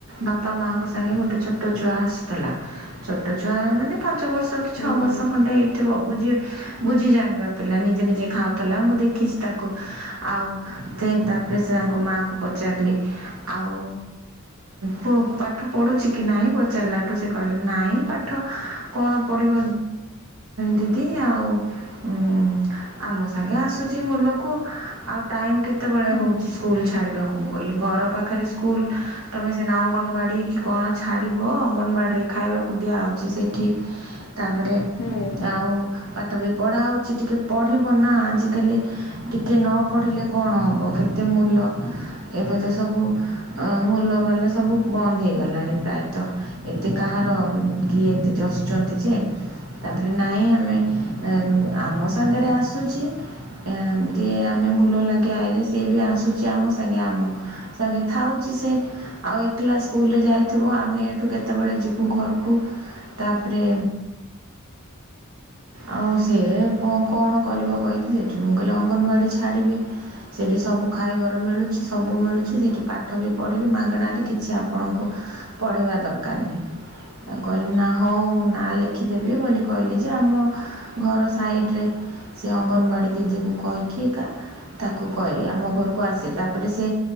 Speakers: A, on the right (about 85°); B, on the left (about 80°).
A: ବାପା ମାଆଙ୍କ ସାଙ୍ଗେ ଗୋଟେ ଛୋଟ ଛୁଆ ଆସିଥିଲା ଚୋଟ ଛୁଆ ମାନେ ପାଞ୍ଚ ବର୍ଷ ଛଅ
B: ହୁଁ
A: ବର୍ଷ
B: ହୁଁ
A: ଖଣ୍ଡେ ହେଇ ଥିବ ବୁଝି ଜାଣିବା ପିଲା ନିଜେ ନିଜେ ଖାଉତିଲା ମୁଁ ଦେଖିଛି ତାକୁ ଆଉ। ସେ ତାପରେ ସେ ତାଙ୍କ ମାଆକୁ ପଚାରିଲି ଆଉ। ପୁଅକୁ ପାଠ ପଢୁଛି କି ନାଇଁ ପଚାରିଲାଠୁ ସେ କହିଲେ ନାଇଁ ପାଠ କଣ ପଡିବ ଦିଦି ଆଉ। ହୁଁ ଆମ ସାଙ୍ଗେ ଆସୁଛି ମୁୂଲକୁ ଆଉ ଟାଇମ୍ କେତେବେଳେ
B: ହୁଁ
A: ହଉଛି ସ୍କୁଲ। ଛାଡ଼ିବାକୁ ମୁଁ ଗଲି ଘର ପାଖରେ ସ୍କୁଲ ତମେ ସିନା ଅଙ୍ଗନବାଡ଼ି କି କଣ? ଛାଡ଼ିବ ଅଙ୍ଗନବାଡ଼ିରେ ଖାଇବାକୁ ଦିଆହେଉଛି ସେଇଠି ତାପରେ
B: ହୁଁ ହୁଁ
A: ଆଉ। ପାଠ ବି ପଢ଼ା ହେଉଛି ଟିକେ ପଢ଼ିବ ନା ଆଜିକାଲି ଟିକେ ନ ପଢ଼ିଲେ। କଣ ହେବ କେତେ ମୂଲ? ଏବେ ତ ସବୁ ମୂଲବାଲା ସବୁ ବନ୍ଦ ହେଇଗଲାଣି ପ୍ରାୟତଃ ଏତେ କାହାର କିଏ ଏତେ ଜଷୁଛନ୍ତି ଯେ ତାପରେ ନାହିଁ ଆମେ ଆମ ସାଙ୍ଗରେ ଆସୁଛି ଏମିତି ଆମେ ମୁୂଲ ଲାଗୁ। ସେଆଇଲେ ସିଏ ବି ଆସୁଛି ଆମ ସାଙ୍ଗେ ଆମ ସାଙ୍ଗେ ଥାଉଛି ସେ ଆଉ ଏକଲା ସ୍କୁଲରେ ଯାଇଥିବ ଆମେ ଏଇଠୁ କେତେବେଳେ ଯିବୁ ଘରକୁ ତାପରେ ଆଉ ସେ କଣ କରିବ କହିକି ସେଠି ମୁଁ କହିଲି ଅଙ୍ଗନବାଡ଼ି ଛାଡ଼ିବି। ସେଠି ସବୁ ଖାଇବାର ମିଳୁଛି ସବୁ ମିଳୁଛି ସେଠି ପାଠ ବି ପଢିବି ମାଗଣାରେ କିଛି ଆପଣଙ୍କୁ ପଢ଼େଇବା ଦରକାର ନାହି। ତାଙ୍କୁ କହିଲି ନା ହଉ ମୁଁ ନାଁ ଲେଖ ଖି ଦେବି ବୋଲି କହିଲି ଯେ ଆମ ଘର ସାଇଡ଼ରେ ସେ ଅଙ୍ଗନବାଡି ଦିଦିଙ୍କୁ କହିକି ଏକା ତାକୁ କହିଲେ ଆମ ଘର କୁ ଆସେ ତାପରେ ସେ